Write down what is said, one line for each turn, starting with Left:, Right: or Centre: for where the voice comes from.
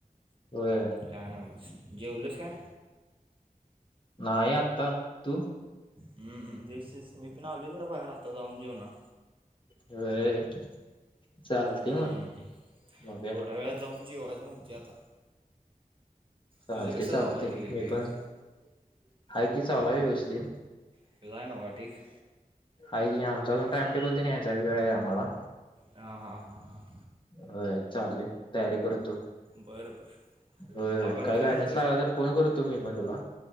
Left: व्हय.
Right: काय नाय बघ, जेवलीस का?
Left: नाहीय आत्ता तू.
Right: हम्म <inaudible> च मी पण आल जरा बाहेर आता जाऊन <inaudible> जेवणा
Left: होय.. चालते
Right: हम्म.
Left: मग मग
Right: थोड्या वेळ जाऊन जेवायचं <inaudible> म्हणती आता.
Left: चालते,
Right: तुझं कसं
Left: चालते
Right: झालं आहे डिग्री
Left: मी
Right: बिग्री
Left: पण आहे की चलाय व्यवस्थित.
Right: <inaudible> जाय <inaudible> नि ठीक
Left: आहे की आमचा अजून टाइम टेबल तर न्यायचाय वेळ आहे आम्हाला.
Right: ह. हा. हा. हा...
Left: होय चाललोय. तयारी करतो.
Right: बरं बरं
Left: होय
Right: तुला
Left: होय
Right: करतो
Left: काय गायडन्स
Right: नंतर
Left: लागला तर फोन करतो मी पण तुला.